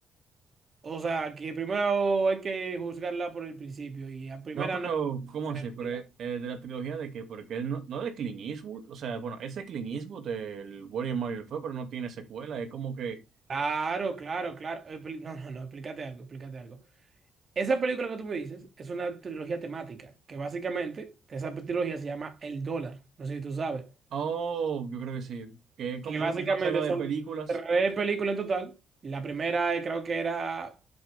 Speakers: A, on the right (about 40°); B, on the right (about 65°).
A: O sea, que primero hay que juzgarla por el principio y a primera
B: No, pero,
A: no. se
B: ¿cómo
A: puede
B: así?
A: criticar.
B: Pero, eh, de la trilogía de qué? Porque él no, no de Clint Eastwood, o sea, bueno, ese Clint Eastwood, el bueno y el malo y el feo, pero no tiene secuela, es como que,
A: Claro, claro, claro. Expli- No, no, no, explícate algo, explícate algo. Esa película que tú me dices es una trilogía temática, que básicamente esa trilogía se llama El Dólar, no sé si tú sabes,
B: oh, yo creo que sí, que es como
A: que básicamente
B: una saga
A: son
B: de películas.
A: tres películas en total. La primera eh, creo que era